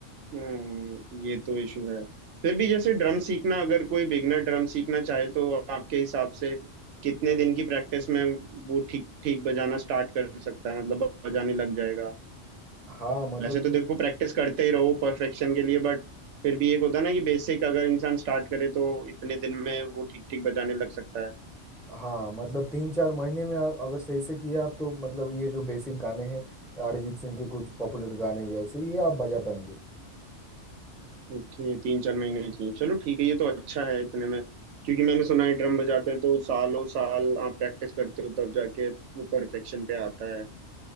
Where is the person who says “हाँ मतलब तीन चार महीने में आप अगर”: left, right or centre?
Centre